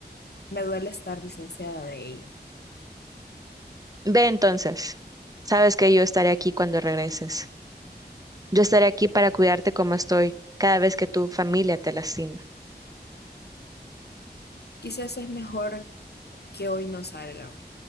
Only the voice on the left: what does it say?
me duele estar distanciada de ella.
Quizás es mejor que hoy no salga.